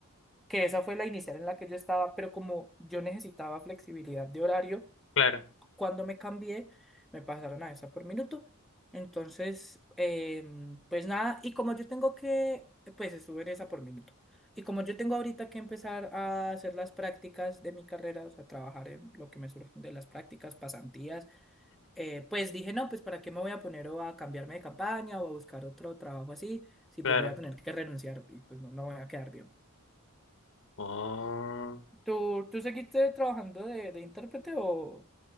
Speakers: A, in the centre; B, on the left.
A: que esa fue la inicial en la que yo estaba, pero como yo necesitaba flexibilidad de horario,
B: Claro.
A: cuando me cambié, me pasaron a esa por minuto. Entonces, em, pues nada, y como yo tengo que, pues estuve en esa por minuto. Y como yo tengo ahorita que empezar a hacer las prácticas de mi carrera, o sea, trabajar en lo que me surgen de las prácticas, pasantías, eh, pues dije, no, pues para qué me voy a poner o a cambiarme de campaña o a buscar otro trabajo así, si pues
B: Claro.
A: voy a tener que renunciar y pues no, no voy a quedar bien.
B: Oh.
A: ¿Tú, tú seguiste trabajando de, de intérprete o...?